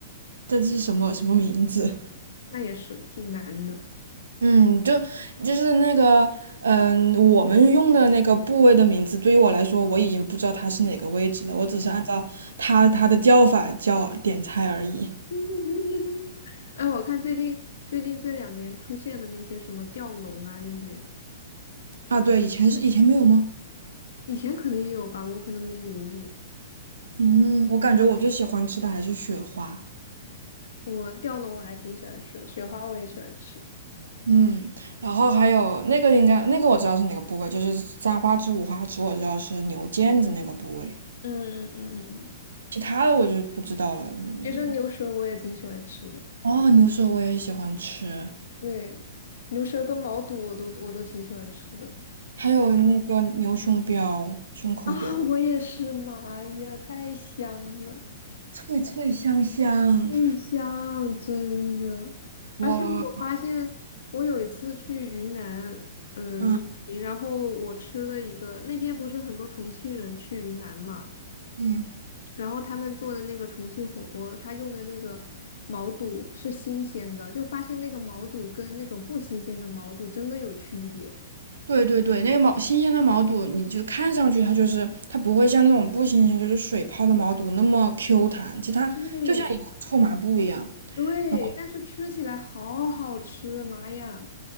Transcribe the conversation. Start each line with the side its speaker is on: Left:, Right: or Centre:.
Right: 这是什么什么名字？
Left: 那也是挺难的。
Right: 嗯，就就是那个嗯，我们用的那个部位的名字，对于我来说，我已经不知道它是哪个位置了，我只是按照它它的叫法叫点菜而已。
Left: <laughs> 嗯哼哼，哎，我看最近最近这两年出现的那些什么吊龙啊那些，
Right: 啊，对，以前是以前没有吗？
Left: 以前可能也有吧，我可能没留意。
Right: 嗯，我感觉我最喜欢吃的还是雪花。
Left: 我吊龙我还挺喜欢吃的雪花我也喜欢吃，
Right: 嗯，然后还有那个应该那个我知道是哪个部位，就是三花趾、五花趾，我知道是牛腱子那个部位。
Left: 嗯嗯嗯嗯嗯，
Right: 其他的我就不知道了。嗯，
Left: 其实牛舌我也挺喜欢吃的。
Right: 哦，牛舌我也喜欢吃，
Left: 对，牛舌跟毛肚我都我都挺喜欢吃的。
Right: 还有那个牛胸膘、胸口油，
Left: 啊，我也是，妈呀，太香了！
Right: 脆脆香香。
Left: 最香，真的。
Right: 哇，
Left: 而且我发现，我有一次去云南，嗯旅行，
Right: 嗯
Left: 然后我吃了一个，那边不是很多重庆人去云南嘛，
Right: 嗯，
Left: 然后他们做的那个重庆火锅，他用的那个毛肚是新鲜的，就发现那个毛肚跟那种不新鲜的毛肚真的有区别。
Right: 对对对，那个毛新鲜的毛肚，你就看上去它就是它不会像那种不新鲜，就是水泡的毛肚那么 Q 弹，其实它就像一块臭抹布一样。
Left: 对对，
Right: 然后，
Left: 但是吃起来好好吃，妈呀！